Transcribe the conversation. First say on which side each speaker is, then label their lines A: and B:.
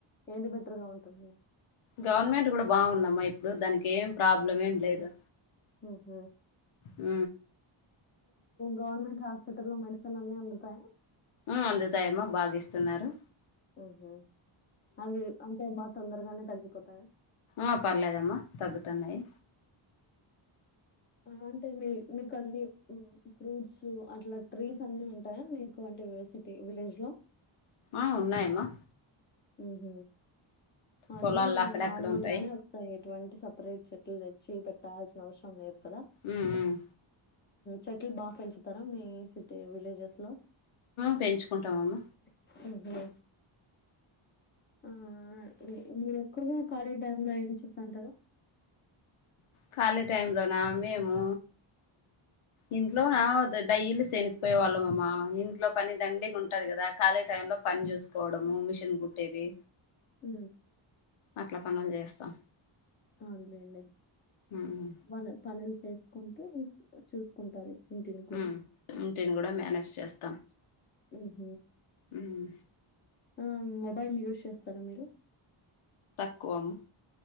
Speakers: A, on the left; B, on the left.
A: ఏది బెటర్ గా ఉంటుంది
B: గవర్నమెంట్ కూడా బాగుందమ్మా ఇప్పుడు దానికి ఏం ప్రాబ్లం ఏం లేదు
A: హహ
B: అ
A: గవర్నమెంట్ హాస్పిటల్ లో మెడిసిన్ అన్ని అందుతాయా
B: అందుతాయమో బాగాస్తున్నారు
A: ఉహ అవి అంటే బాగా తొందరగానే తగ్ పతయా
B: ఆ పర్లేదమ్మా తగ్గుతున్నాయి
A: అంటే మీ మీకు అన్ని ఫ్రూట్స్ అట్లా ట్రీస్ అన్ని ఉంటాయా మీకు అంటే సిటీ విలేజ్ లో
B: ఆ ఉన్నాయమ్మా
A: ఉహ అన్నీ
B: పొలాల్లో అక్కడక్కడ
A: నార్మల్
B: ఉంటాయి
A: గానే వస్తాయి ఇటువంటి సపరేట్ చెట్లు తెచ్చి పెట్టాల్సిన అవసరం లేదు కదా
B: ఉమ్ ఉమ్
A: చెట్ బాగా పెంచుతారా మీ అ విలేజెస్ లో
B: పెంచుకుంటామ్మ
A: <inaudible> ఆ మీరు ఎక్కువగా కాలేజీ టైమ్ లో ఏం చూస్తంటారు
B: ఖాళీ టై లోనా మేము ఇందుట్లో నా డైలీ సనకిపోయి వళ్ళమమా లో పని దండిగా ఉంటది కదా ఖాళీ టై లో పని చూసుకోవడము మిషన్ కుట్టేది
A: హ్మ్మ్
B: అట్లా పనులు చేస్తాం
A: అవునులేండి
B: ఉమ్
A: పన పనులు చేసుకుంటూ ఇ చూసుకుంటారు ఇంటిని
B: హ్మ్మ్
A: కూడా.
B: ఇంటిని కూడా మేనేజ్ చేస్తాం
A: ఉహ
B: ఉమ్
A: ఆ మ మొబైల్ యూస్్ చేస్తారా మీరు
B: తక్కువం